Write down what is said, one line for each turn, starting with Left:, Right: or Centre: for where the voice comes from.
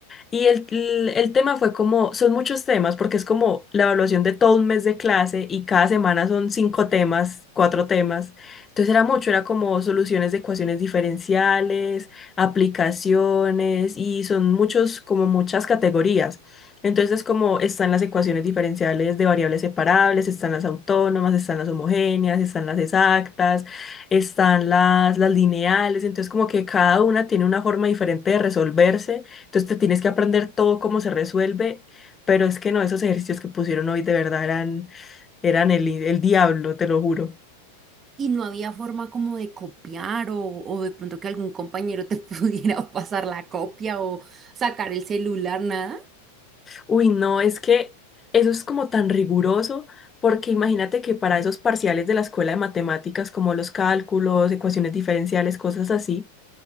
Left: y el, el- el tema fue como, son muchos temas, porque es como la evaluación de todo un mes de clase y cada semana son cinco temas, cuatro temas. Entonces era mucho, era como soluciones de ecuaciones diferenciales, aplicaciones y son muchos, como muchas categorías. Entonces como están las ecuaciones diferenciales de variables separables, están las autónomas, están las homogéneas, están las exactas, están las, las lineales. Entonces como que cada una tiene una forma diferente de resolverse. Entonces te tienes que aprender todo cómo se resuelve, pero es que no, esos ejercicios que pusieron hoy de verdad eran, eran el, el diablo, te lo juro.
Right: Y no había forma como de copiar o, o de pronto que algún compañero te <laughs> pudiera pasar la copia o sacar el celular, nada.
Left: Uy, no, es que eso es como tan riguroso, porque imagínate que para esos parciales de la escuela de matemáticas, como los cálculos, ecuaciones diferenciales, cosas así,